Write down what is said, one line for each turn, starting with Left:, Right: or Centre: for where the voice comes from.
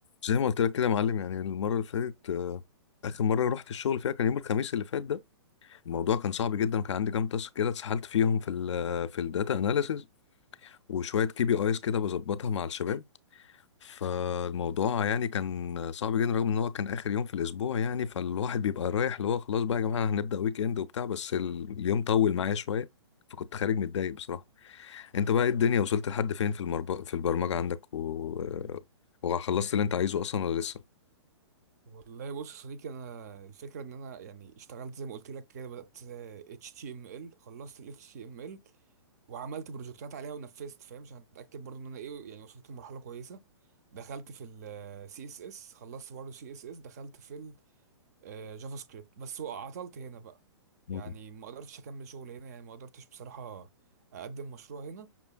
Left: زي ما قلت لك كده يا معلم يعني المرة اللي فاتت آه، آخر مرة رحت الشغل فيها كان يوم الخميس اللي فات ده الموضوع كان صعب جدا وكان عندي كام تاسك كده اتسحلت فيهم في ال في الداتا اناليسز وشوية كي بي ايز كده بظبطها مع الشباب فالموضوع يعني كان صعب جدا رغم ان هو كان آخر يوم في الأسبوع يعني فالواحد بيبقى رايح اللي هو خلاص بقى يا جماعة هنبدأ ويك اند وبتاع بس ال- اليوم طول معايا شوية فكنت خارج متضايق بصراحة انت بقى ايه الدنيا وصلت لحد فين في المرب... في البرمجة عندك و... آه، وخلصت اللي انت عايزه اصلا ولا لسه؟
Right: والله بص يا صديقي انا الفكره ان انا يعني اشتغلت زي ما قلت لك كده بدات اتش تي ام ال خلصت ال اتش تي ام ال وعملت بروجكتات عليها ونفذت فاهم عشان اتاكد برضو ان انا ايه يعني وصلت لمرحله كويسه دخلت في السي اس اس خلصت برضو سي اس اس دخلت في آه، جافا سكريبت بس عطلت هنا بقى
Left: مم.
Right: يعني ما قدرتش اكمل شغل هنا يعني ما قدرتش بصراحة اقدم مشروع هنا